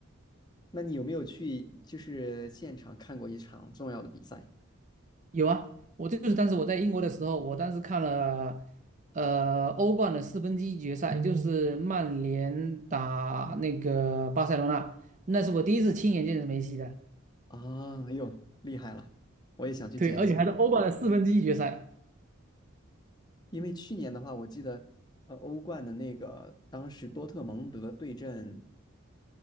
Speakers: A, on the left; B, on the right.
A: 那你有没有去就是现场看过一场重要的比赛？
B: 有啊，我这就是当时我在英国的时候，我当时看了，呃，欧冠的四分之一决赛，嗯就是曼联打那个巴塞罗那，那是我第一次亲眼见着梅西的，
A: 啊，哎呦，厉害了！我也想去见一下，
B: 对，而且还是欧冠的四分之一决赛，
A: 因为去年的话，我记得，呃，欧冠的那个当时多特蒙德对阵，